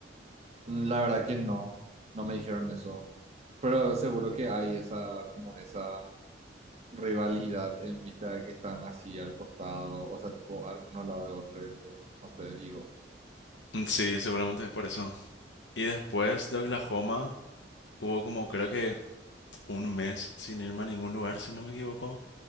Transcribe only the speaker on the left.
Mm, Sí, seguramente es por eso. Y después de Oklahoma hubo como creo que un mes sin irme a ningún lugar, si no me equivoco.